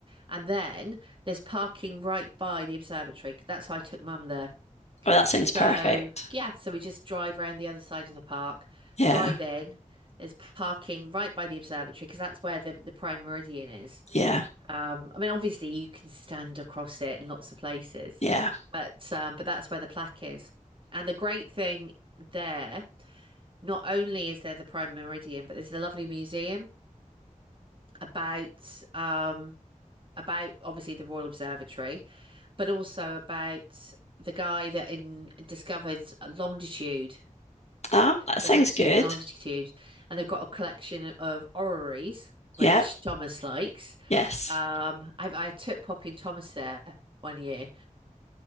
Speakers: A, on the right; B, on the left.
A: And then there's parking right by the observatory. That's how I took mum there.
B: Oh, that sounds
A: So,
B: perfect.
A: yeah, so we just drive around the other side of the park,
B: Yeah,
A: drive in. There's parking right by the observatory because that's where the, the prime meridian is.
B: yeah,
A: Um, I mean, obviously you can stand across it in lots of places,
B: yeah.
A: but um, but that's where the plaque is. And the great thing there, not only is there the prime meridian, but there's the lovely museum about um about obviously the Royal Observatory, but also about the guy that in, discovered longitude,
B: Ah, that
A: so
B: sounds
A: latitude
B: good.
A: and longitude, and they've got a collection of orreries, which
B: Yep.
A: Thomas likes.
B: Yes.
A: Um, I, I took Poppy and Thomas there one year,